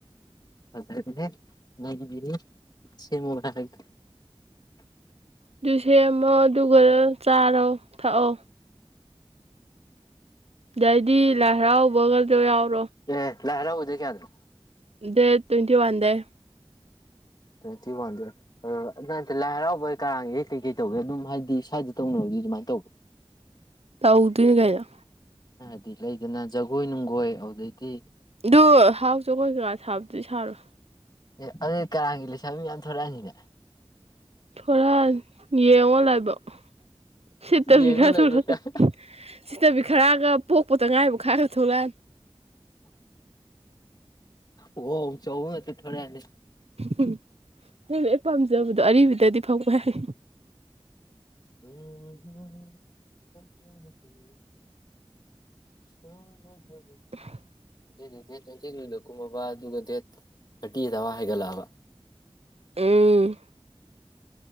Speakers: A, on the left (about 45°); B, on the right (about 80°).
A: ꯐꯦ ꯃꯤ <unintelligible>
B: ꯇꯨꯁꯦꯃꯣ ꯃꯗꯨꯒꯔ ꯆꯥꯔꯣ ꯊꯛꯑꯣ ꯗꯗꯤ ꯂꯥꯏꯔꯥꯎꯕꯒꯗꯣ ꯌꯥꯎ
A: ꯎꯝ ꯂꯥꯏꯍꯔꯥꯎ ꯗꯦꯠ ꯀꯌꯥꯅꯣ
B: ꯗꯦꯠ ꯇ꯭ꯋꯦꯟꯇꯤ ꯋꯥꯟ ꯗꯩ
A: ꯇ꯭ꯋꯦꯟꯇꯤ ꯋꯥꯟꯗꯨꯗ ꯑꯗ ꯂꯥꯏ ꯍꯔꯥꯎꯕ ꯀꯔꯥꯡꯒꯤ ꯀꯩꯀꯩ ꯇꯧꯒꯦ ꯑꯗꯨꯝ ꯍꯥꯏꯗꯤ ꯁ꯭ꯋꯥꯏꯗ ꯇꯧꯅꯔꯗꯤ ꯑꯗꯨꯃꯥꯏ ꯇꯧꯕ꯭ꯔꯣ
B: ꯇꯧꯗꯣꯏꯅꯦ ꯀꯩꯅꯣ
A: ꯑꯩꯍꯥꯏꯗꯤ ꯂꯩꯗꯅ ꯖꯒꯣꯏ ꯅꯨꯡꯒꯣꯏ ꯑꯗꯨꯗꯩꯗꯤ
B: ꯑꯗꯨ ꯍꯥꯎꯖꯒꯣꯢ ꯀꯩꯀ ꯁꯥꯕꯗꯨꯗꯤ ꯁꯥꯔꯣꯏ
A: ꯑꯦ ꯑꯗꯨꯗꯤ ꯀꯔꯥꯡꯒꯤ ꯂꯩꯁꯥꯕꯤ ꯃꯌꯥꯝ ꯊꯣꯛꯂꯛꯑꯅꯤꯅꯦ
B: ꯊꯔꯛꯑꯅꯤ ꯌꯦꯡꯉꯣ ꯂꯥꯢꯕꯛ ꯁꯤꯠꯇꯕꯤ
A: ꯌꯦꯡꯉꯣ
B: ꯈꯔ
A: ꯂꯩꯕ
B: ꯊꯣꯔꯛꯑ
A: ꯀꯥꯟ
B: ꯁꯤꯠꯇꯕꯤ ꯈꯔꯒ ꯄꯣꯛꯄꯇ ꯉꯥꯏꯕ ꯈꯔ ꯊꯣꯛꯂꯛꯑꯅꯤ
A: ꯑꯣ ꯆꯥꯎ ꯉꯥꯛꯇ ꯊꯣꯔꯛꯑꯅꯤ
B: ꯎ ꯅꯣꯢꯅ ꯍꯦꯛ ꯄꯥꯝꯖꯕꯗꯣ ꯑꯔꯤꯕꯗꯗꯤ ꯐꯪꯕ ꯌꯥꯏ
A: ꯎ <unintelligible>
B: <unintelligible>
A: ꯑꯗꯨ ꯗꯦꯠ ꯇ꯭ꯋꯦꯟꯇꯤ ꯇꯨꯗ ꯀꯨꯝꯃꯕ ꯑꯗꯨꯒ ꯗꯦꯠ ꯊꯥꯔꯇꯤ ꯑꯗꯋꯥꯢ ꯍꯥꯏꯒꯠꯂꯛꯑꯕ
B: ꯎꯝ